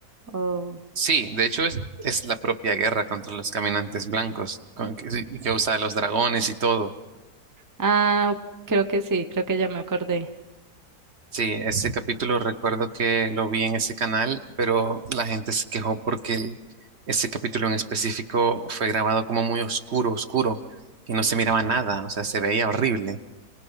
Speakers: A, on the right; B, on the right.
A: Oh.
B: sí, de hecho es, es la propia guerra contra los caminantes blancos con- que que usa los dragones y todo.
A: Ah, creo que sí, creo que ya me acordé.
B: Sí, ese capítulo recuerdo que lo vi en ese canal, pero la gente se quejó porque el- ese capítulo en específico fue grabado como muy oscuro, oscuro, y no se miraba nada, o sea, se veía horrible.